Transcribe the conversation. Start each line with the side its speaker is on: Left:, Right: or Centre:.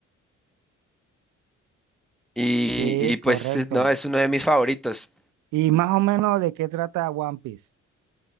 Centre: Y,
Right: Sí,
Centre: y
Right: correcto.
Centre: pues no, es uno de mis favoritos.
Right: Y más o menos de qué trata One Piece.